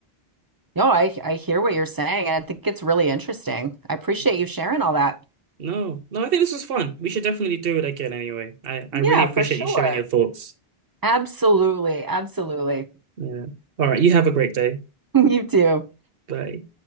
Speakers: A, on the right; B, on the right.
A: No, I I hear what you're saying, and I think it's really interesting. I appreciate
B: Yeah.
A: you sharing all that.
B: No, no, I think this was fun. We should definitely do it again anyway. I, I
A: Yeah,
B: really appreciate
A: for sure.
B: you sharing your thoughts.
A: Absolutely, absolutely.
B: Yeah. All right, you have a great day.
A: <laughs> You too.
B: Bye.